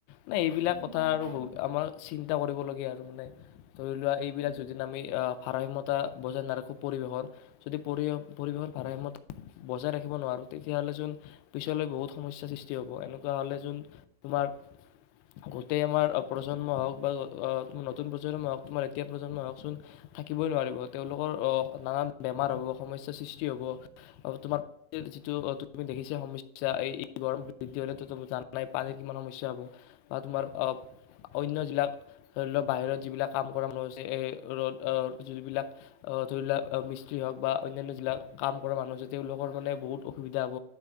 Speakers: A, on the left (about 85°); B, on the right (about 65°).
A: নে এইবিলাক
B: উম
A: কথা
B: হয়
A: আৰু
B: হয়
A: বহু আমাৰ চি চিন্তা কৰিবলগীয়া আৰু মানে ধৰি লোৱা এইবিলাক
B: উম
A: যদি আমি ভাৰাসাম্যতা বজাই নাৰাখোঁ পৰিৱেশৰ যদি পৰি পৰিৱেশৰ ভাৰাসাম্যত বজাই ৰাখিব নোৱাৰোঁ তেতিয়াহ'লে চোন পিছলৈ বহুত সমস্যাৰ সৃষ্টি হ'ব এনেকুৱা হ'লে চোন তোমাৰ গোটেই আমাৰ প্ৰজন্মই হওক বা নতুন প্ৰজন্মই হওক তোমাৰ এতিয়া প্ৰজন্মই হওকচোন থাকিবই নোৱাৰিব তেওঁলোকৰ নানা বেমাৰ হ'ব সমস্যাৰ সৃষ্টি হ'ব তোমাৰ যিটো তুমি দেখিছা সমস্যা এই গৰম বৃদ্ধি হ'লেতো যানাই নাই পানীৰ কিমান সমস্যা হ'ব বা তোমাৰ অন্য যিবিলাক ধৰি লওক বাহিৰত যিবিলাক কাম কৰা মানুহ আছে এই ৰ'দ যিবিলাক অহ ধৰি লোৱা মিস্ত্ৰী হওক বা অন্যন্যা যিবিলাক কাম কৰা মানুহ আছে তেওঁলোকৰ মানে বহুত অসুবিধা হ'ব